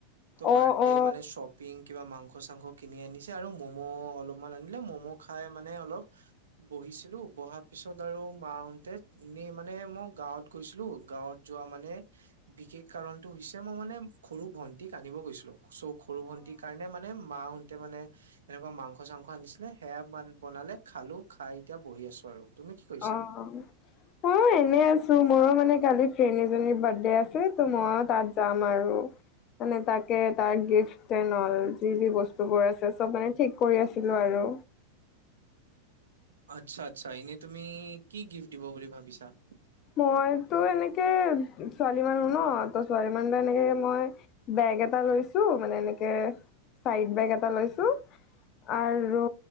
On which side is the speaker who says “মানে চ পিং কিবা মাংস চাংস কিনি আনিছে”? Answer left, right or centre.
Right